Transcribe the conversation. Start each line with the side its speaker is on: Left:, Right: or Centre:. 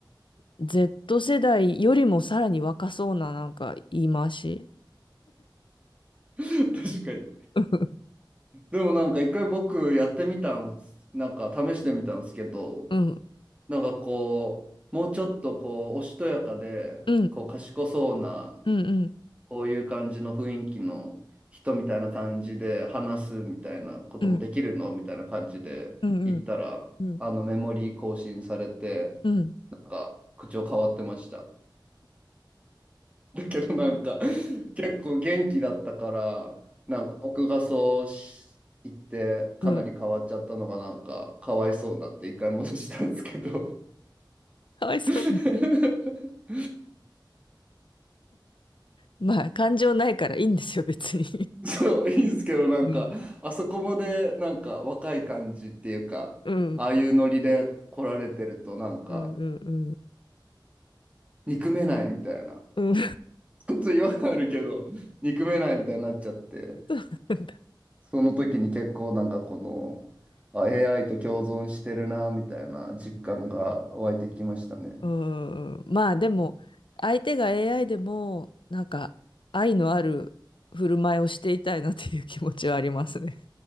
Left: う。Z 世代よりもさらに若そうななんか言い回し。
Right: かに。
Left: うん、
Right: でもなんか一回僕やってみたんす、なんか試してみたんですけど、
Left: うん、
Right: なんかこう、もうちょっとこう、おしとやかで、
Left: うん、
Right: こう、賢そうな、
Left: うん、うん、
Right: こういう感じの雰囲気の人みたいな感じで話すみたいなこともできるのみたいな感じで言ったら、
Left: うん、うん、うん、うん、
Right: あのメモリー更新されて、
Left: うん、
Right: なんか口調変わってました。だけどなんか結構元気だったからなんか僕がそうし言ってかなり変わっちゃったのがなんかかわいそうになって一回戻したんですけど
Left: うん、かわいそう。
Right: <laughs>
Left: まあ、感情ないからいいんですよ、別に。
Right: そういいんですけどなんかあそこまでなんか若い感じっていうかああいうノリで来られてるとなんか
Left: うん、うん、うん、うん、うん、
Right: 憎めないみたいな
Left: うん。
Right: ちょっと違和感あるけど憎めないみたいになっちゃって。
Left: そうなんだ。
Right: その時に結構なんかこの、あ、AI と共存してるな、みたいな実感が湧いてきましたね。
Left: うん、うん、まあ、でも、相手が AI でも、なんか、愛のある振る舞いをしていたいなっていう気持ちはありますね。